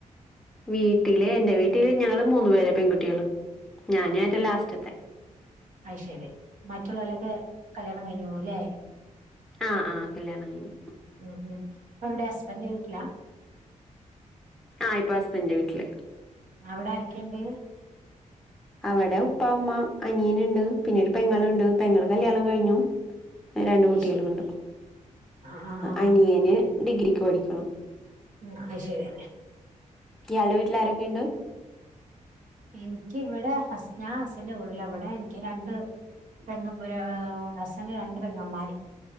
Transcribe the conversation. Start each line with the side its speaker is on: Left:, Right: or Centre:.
Centre: വീട്ടില് എൻ്റെ വീട്ടില് ഞങ്ങള് മൂന്നു പേരാ പെൺകുട്ടികള്, ഞാനാ ഏറ്റം ലാസ്റ്റത്തെ.
Right: അയ് ശരി മറ്റുള്ള ഒലൊക്കെ കല്യാണം കഴിഞ്ഞുല്ലേ.
Centre: ആഹ് ആഹ് കല്യാണം കഴിഞ്ഞു.
Right: ഉം ഉം ഇപ്പം എവിടെ ഹസ്ബൻ്റൻ്റിൻ്റെ വീട്ടിലാ
Centre: ആഹ് ഇപ്പൊ ഹസ്ബൻ്റൻ്റ വീട്ടിലാ
Right: അവിടെ ആരക്കെയുണ്ട്?.
Centre: അവിടെ ഉപ്പ, ഉമ്മ അനിയൻ ഉണ്ട്. പിന്നൊരു പെങ്ങുണ്ട്
Right: ഉം.
Centre: പെങ്ങൾ കല്യാണം കഴിഞ്ഞു. രണ്ട്
Right: അത്
Centre: കുട്ടികളുണ്ട്
Right: ശരി ആഹ് ആഹ് ആഹ്
Centre: അനിയന് ഡിഗ്രിക്ക് പഠിക്കുണു
Right: ഉം അയ് ശരി
Centre: ഇയാളുടെ വീട്ടിൽ ആരൊക്കെ ഉണ്ട്.
Right: എനിക്കിവിടെ ഹസ് ഞാൻ ഹസിൻ്റെ വീട്ടില എനിക്ക് വിട് രണ്ട് പെങ്ങമാര് ഹസിന് രണ്ട് പെങ്ങമാര്